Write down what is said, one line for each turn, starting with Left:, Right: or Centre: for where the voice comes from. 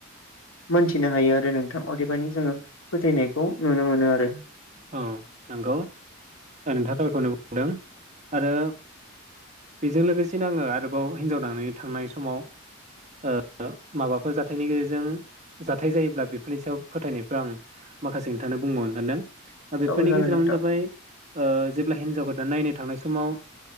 Left: मोनथिनो हायो आरो नोंथां अदेबानि जोंङो फोथायनायखौ नुनो मोनो आरो।
Right: औ नंगौ नोंथाङा थारखौनो बुंदों आरो बेजों लोगोसेनो आंङो आरोबाव हिन्जाव नायनो थांनाय समाव ओ माबाफोर जाथायनि गेजेरजों जाथाय जायोब्ला बेफोरनि सायाव फोथायनायखौ आं माखासे नोंथांनो बुंबावनो सानदों। बेफोरनि
Left: औ जागोन
Right: गेजेरावनो
Left: नोंथां
Right: जाबाय ओ जेब्ला हिनजाव गोदान नायनो थांनाय समाव